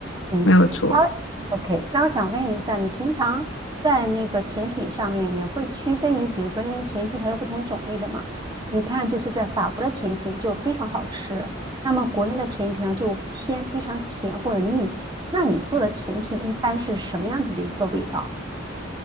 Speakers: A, on the right (about 20°); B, on the left (about 85°).
A: 嗯，
B: 没有错。
A: 那我 OK，那我想问一下，你平常在那个甜品上面，也会区分于，比如说，因为甜品它有不同种类的嘛，你看就是在法国的甜品就非常好吃，那么国内的甜品呢就偏非常甜或者腻，那你做的甜品一般是什么样子的一个味道？